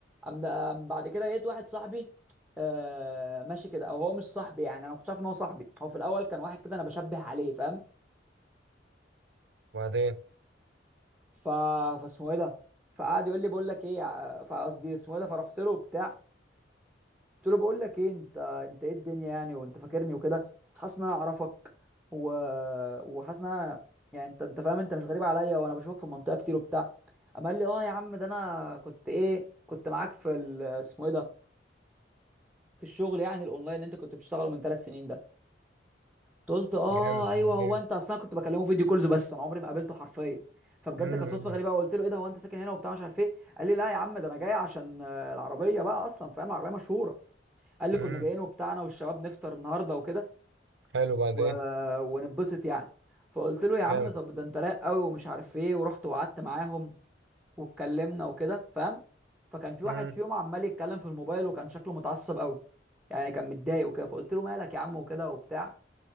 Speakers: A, in the centre; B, on the right (about 70°).
A: أم أم بعد كده لقيت واحد صاحبي آه ماشي كده او هو مش صاحبي يعني انا ما كنتش عارف ان هو صاحبي هو في الاول كان واحد كده انا بشبه عليه فاهم
B: وبعدين
A: ف فاسمه ايه ده فقعد يقول لي بقول لك ايه يا- فقصدي اسمه ايه ده فرحت له بتاع قلت له بقول لك ايه انت انت ايه الدنيا يعني وانت فاكرني وكده حاسس ان انا اعرفك و... وحاسس ان انا يعني انت انت فاهم انت مش غريب عليا وانا بشوفك في المنطقه كتير وبتاع قام قال لي اه يا عم ده انا كنت ايه كنت معاك في ال... اسمه ايه ده في الشغل يعني الاونلاين اللي انت كنت بتشتغله من ثلاث سنين ده قلت اه
B: جامد
A: ايوه
B: وبعدين
A: هو انت اصلا كنت بكلمه فيديو كولز بس انا عمري ما قابلته حرفيا فبجد
B: امم
A: كانت صدفه غريبه وقلت له ايه ده هو انت ساكن هنا وبتاع مش عارف ايه قال لي لا يا عم ده انا جاي عشان آه، العربيه بقى اصلا فاهم العربيه مشهوره قال لي
B: امم
A: كنا جايين وبتاع انا والشباب نفطر النهارده وكده
B: حلو وبعدين
A: و... ونتبسط يعني فقلت له يا عم
B: جامد
A: طب ده انت رايق قوي ومش عارف ايه ورحت وقعدت معاهم واتكلمنا وكده فاهم فكان في واحد
B: امم
A: فيهم عمال يتكلم في الموبايل وكان شكله متعصب قوي يعني كان متضايق وكده فقلت له مالك يا عم وكده وبتاع